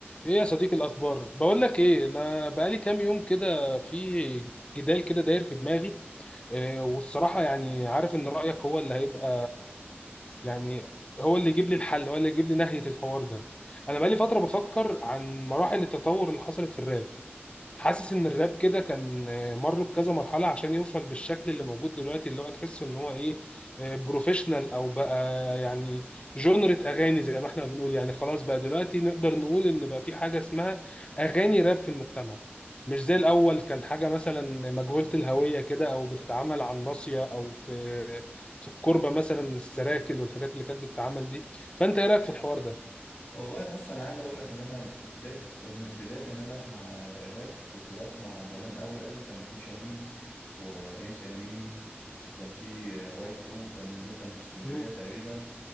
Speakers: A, on the left (about 25°); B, on the left (about 55°).
A: ايه يا صديقي الاخبار بقول لك ايه انا بقالي كام يوم كده في جدال كده داير في دماغي إيه والصراحه يعني عارف ان رايك هو اللي هيبقى يعني هو اللي يجيب لي الحل هو اللي يجيب لي نهايه الحوار ده انا بقالي فتره بفكر عن مراحل التطور اللي حصلت في الراب حاسس ان الراب كده كان آه، مر بكذا مرحله عشان يوصل بالشكل اللي موجود دلوقتي اللي هو تحسه ان هو ايه بروفيشنال او بقى يعني جونرة اغاني زي ما احنا بنقول يعني خلاص بقى دلوقتي نقدر نقول ان بقى في حاجه اسمها اغاني راب في المجتمع مش زي الاول كان حاجه مثلا مجهوله الهويه كده او بتتعمل على الناصيه او في في الكوربه مثلا السراكل والحاجات اللي كانت بتتعمل دي فانت ايه رايك في الحوار ده؟
B: والله بص انا عايز اقول لك ان انا بدايه ان بدايه ان انا اسمع الراب كنت بسمع زمان قوي قوي كان في شاهين وامسي امين وكان في واي كرو كان دول كانوا في اسكندريه
A: مم.
B: تقريبا